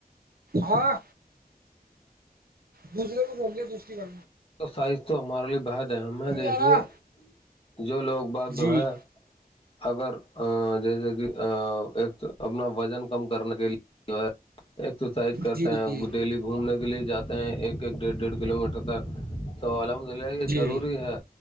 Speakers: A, on the right (about 70°); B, on the left (about 35°).
A: ہاں دوسرے کو بول دوسری کر
B: سائز تو ہمارے لیے بےحد اہم ہے دیکھیے
A: رہا
B: جو لوگ باغ جو
A: جی
B: ہے اگر جیسے کہ ایک اپنا وزن کم کرنے کے لیے جو ہے ایکسرسائز کرتے
A: جی
B: ہیں
A: جی
B: ڈیلی گھومنے کے لیے جاتے ہیں ایک ایک ڈیڑھ ڈیڑھ کلو میٹر تا تو الحمد للہ یہ
A: جی
B: ضروری ہے